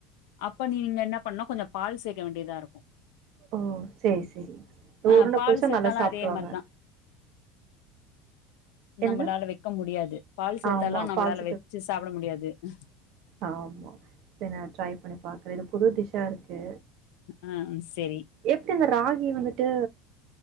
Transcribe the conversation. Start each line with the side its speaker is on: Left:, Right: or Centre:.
Left: அப்ப நீ நீங்க என்ன பண்ணா கொஞ்சம் பால் சேர்க்க வேண்டியதா இருக்கு
Right: ஓ சேரி சேரி
Left: ஆ
Right: உருண்ட
Left: பால்
Right: புடிசா
Left: சேத்தாலு
Right: நல்லா சாப்பிடுருவாங்க
Left: அதே மாரிதா
Right: என்னது
Left: நம்மளால வைக்க முடியாது பால் சேர்த்தாலும்
Right: ஆமாம்
Left: நம்மளால
Right: பால்
Left: வச்சு சாப்பிட முடியாது ம்
Right: ஆமா சேர் நா ட்ரை பண்ணி பாக்குறேன் இது புது டிஷ்ஷா இருக்கு
Left: ஆ செரி
Right: எப்டி இந்த ராகி வந்துட்டு